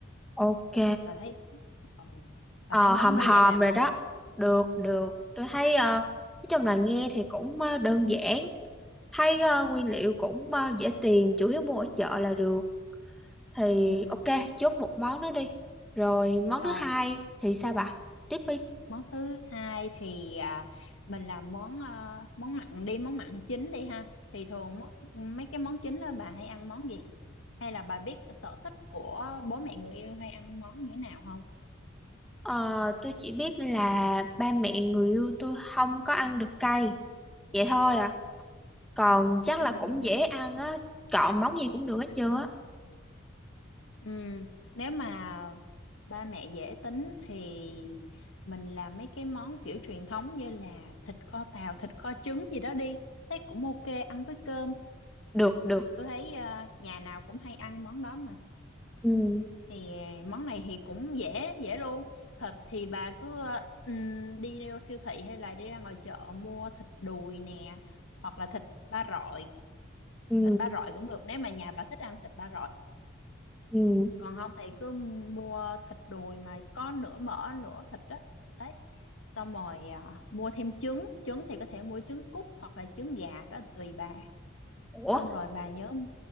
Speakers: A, in the centre; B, on the left (about 75°).
A: ok
B: bà thấy ừ. bà
A: ờ
B: thấy món
A: hòm
B: đó
A: hòm
B: dễ làm
A: rồi
B: không
A: đó được được tôi thấy ờ, nói chung là nghe thì cũng ờ, đơn giản thấy ờ, nguyên liệu cũng ờ, dễ tìm chủ yếu mua ở chợ là được thì
B: ừ.
A: ok chốt một món đó đi rồi món
B: rồi
A: thứ hai thì sao bà tiếp đi
B: món thứ hai thì à, mình làm món à, món mặn đi món mặn chính đi ha thì thường mó- mấy cái món chính đó bà hay ăn món gì hay là bà biết sở thích của bố mẹ người yêu hay ăn món như thế nào không
A: ờ, tôi chỉ biết là ba mẹ người yêu tôi không có ăn được cay vậy thôi à còn chắc
B: Ừm,
A: là cũng dễ ăn á chọn món gì cũng được hết trơn á
B: ừm, nếu mà ba mẹ dễ tính thì mình làm mấy cái món kiểu truyền thống như là thịt kho tàu thịt kho trứng gì đó đi thấy cũng ok ăn với cơm
A: được được
B: tôi thấy à, nhà nào cũng hay ăn món đó mà
A: ừ
B: thì à, món này thì cũng dễ dễ luôn thịt thì bà cứ ờ, ừm, đi ra siêu thị hay là đi ra ngoài chợ mua thịt đùi nè hoặc là thịt ba rọi
A: ừ
B: thịt ba rọi cũng được nếu mà nhà bà thích ăn thịt ba rọi
A: ừ
B: còn không thì cứ mua thịt đùi mà có nửa mỡ nửa thịt đó đấy xong rồi à, mua thêm trứng trứng thì có thể mua trứng cút hoặc là trứng gà đó là tùy bà
A: ủa
B: xong rồi bà nhớ